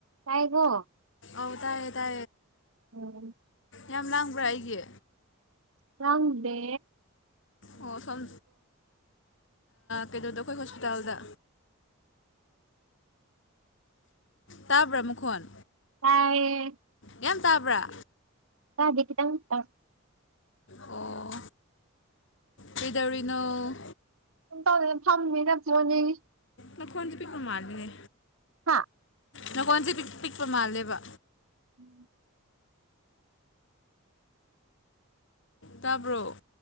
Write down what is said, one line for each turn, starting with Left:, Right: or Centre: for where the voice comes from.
Right: ꯇꯥꯏꯀꯣ
Left: ꯑꯗ ꯑꯦ ꯇ
Right: ꯑꯣꯝ
Left: ꯌꯥꯝ ꯂꯥꯡꯕ꯭ꯔꯥ ꯑꯩꯒꯤ
Right: ꯆꯪꯗꯦ
Left: ꯑꯣ ꯁꯣꯝ ꯀꯩꯅꯣꯗꯣ ꯑꯩꯈꯣꯏ ꯍꯣꯁꯄꯤꯇꯥꯜꯗ ꯇꯥ ꯭ꯔꯃꯨꯣꯟ
Right: ꯑ
Left: ꯀꯒ꯭ ꯇꯥꯕ꯭ꯔꯥ
Right: ꯀ ꯇ
Left: ꯑꯣ ꯀꯗꯧꯔꯤꯅꯣ
Right: ꯇꯧꯔꯦꯅ ꯐꯝꯃꯤ ꯅꯁꯤꯔꯅꯦꯒꯤ
Left: ꯅꯈꯣꯟꯁꯦ ꯄꯤꯛꯄ ꯃꯥꯔꯗꯅꯦ
Right: ꯍꯥꯥ
Left: ꯅꯒꯣꯟꯁꯦ ꯄꯤꯛꯄ ꯃꯥꯜꯂꯦꯕ
Right: ꯎꯝ
Left: ꯇꯕ꯭ꯔꯣ